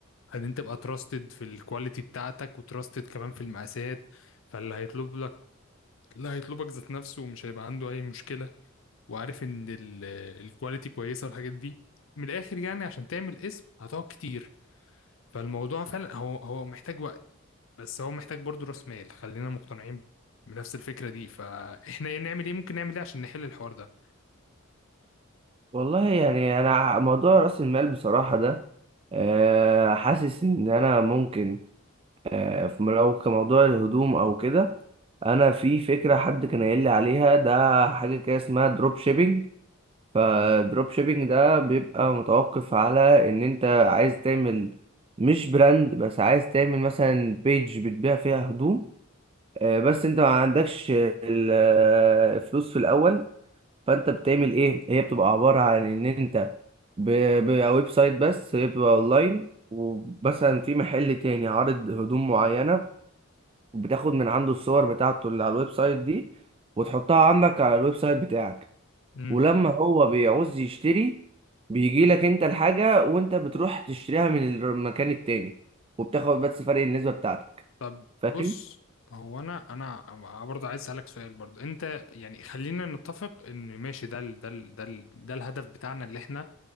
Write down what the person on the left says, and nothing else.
ان انت تبقى تراستد في الكواليتي بتاعتك وتراستد كمان في المقاسات فاللي هيطلب لك لا هيطلبك ذات نفسه ومش هيبقى عنده اي مشكله وعارف ان ال- الكواليتي كويسه والحاجات دي من الاخر يعني عشان تعمل اسم هتقعد كتير فالموضوع فعلا هو هو محتاج وقت بس هو محتاج برضو راس مال خلينا مقتنعين بنفس الفكره دي فاحنا نعمل ايه ممكن نعمل ايه عشان نحل الحوار ده
امم.
طب
بص هو انا انا برضه عايز اسالك سؤال برضه انت يعني خلينا نتفق ان ماشي ده ال ده ال ده ال ده الهدف بتاعنا اللي احنا